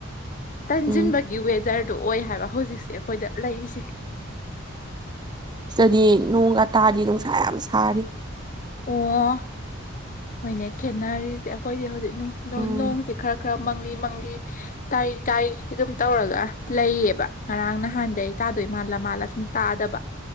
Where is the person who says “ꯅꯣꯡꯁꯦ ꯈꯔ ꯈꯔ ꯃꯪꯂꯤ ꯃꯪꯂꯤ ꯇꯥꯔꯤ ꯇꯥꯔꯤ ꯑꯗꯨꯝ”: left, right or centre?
Left